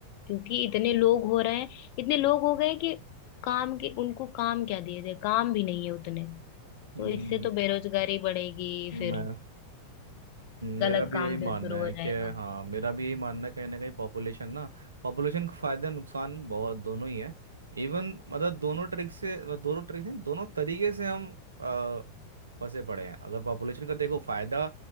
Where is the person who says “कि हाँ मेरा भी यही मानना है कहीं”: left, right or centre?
Right